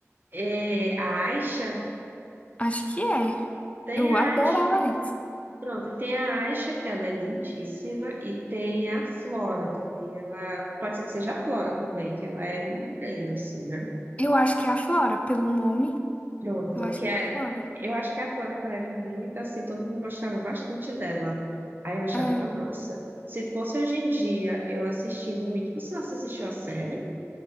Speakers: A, on the right; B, on the left.
A: É, a Aisha?
B: Acho que é.
A: Tem
B: Eu
A: a
B: adorava
A: Asha,
B: essa.
A: pronto, tem a Asha, que ela é lindíssima, e tem a Flora também, ela, pode ser que seja a Flora também, que ela era morena, assim, né?
B: Eu acho que é a Flora, pelo nome.
A: Pronto,
B: Eu acho
A: que
B: que
A: é,
B: é a Flora.
A: eu acho que a Flora, que ela era muito assim, todo mundo gostava bastante dela, aí eu achava
B: É.
A: ela massa. Se fosse hoje em dia, eu assistindo muito, você não assistiu a série?